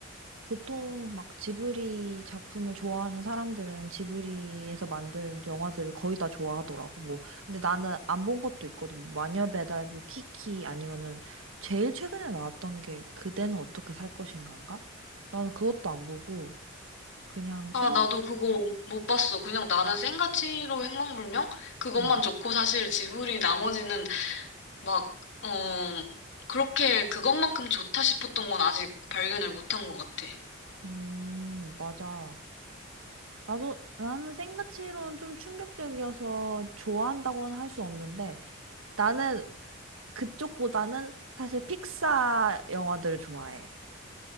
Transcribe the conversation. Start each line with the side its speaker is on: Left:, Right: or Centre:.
Right: 보통 막 지브리 작품을 좋아하는 사람들은 지브리에서 만든 영화들을 거의 다 좋아하더라고. 뭐 근데 나는 안 본 것도 있거든. 뭐 마녀 배달부 키키 아니면은 제일 최근에 나왔던 게 그대는 어떻게 살 것인가인가? 나는 그것도 안 보고 그냥
Left: 아,
Right: 생
Left: 나도 그거 못 봤어. 그냥 나는 센과 치히로 행방불명? 그것만
Right: 음.
Left: 좋고, 사실 지브리 나머지는 막, 어, 그렇게 그것만큼 좋다 싶었던 건 아직 발견을 못한 것 같아.
Right: 음, 맞아. 나도, 나는 생가치로는 좀 충격적이어서 좋아한다고는 할 수 없는데, 나는 그쪽보다는 사실 픽사 영화들을 좋아해.